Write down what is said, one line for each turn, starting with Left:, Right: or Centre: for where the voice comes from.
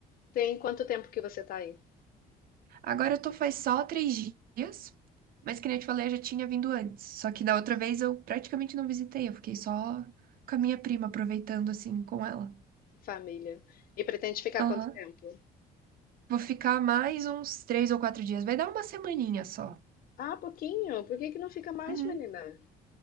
Left: Tem quanto tempo que você tá aí?
Right: Agora eu tô faz só três dias, mas que nem eu te falei, eu já tinha vindo antes. Só que da outra vez eu praticamente não visitei, eu fiquei só com a minha prima, aproveitando assim com ela.
Left: Família. E pretende ficar
Right: Aham.
Left: quanto tempo?
Right: Vou ficar mais uns três ou quatro dias. Vai dar uma semaninha só.
Left: Ah, pouquinho? Por que que não fica mais,
Right: Uhum.
Left: menina?